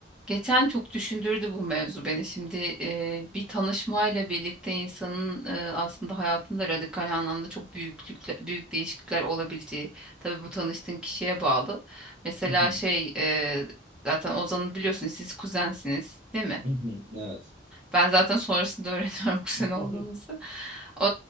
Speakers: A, in the centre; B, on the right.
A: Geçen çok düşündürdü bu mevzu beni. Şimdi e, bir tanışmayla birlikte insanın e, aslında hayatında radikal anlamda çok büyüklükle, büyük değişiklikler olabileceği. Tabii bu tanıştığın kişiye bağlı. Mesela
B: Hı hı.
A: şey e, zaten Ozan'ı biliyorsunuz siz kuzensiniz değil mi?
B: Hı hı. Evet.
A: Ben zaten sonrasında öğreniyorum <laughs> kuzen
B: <laughs>
A: olduğunuzu. O,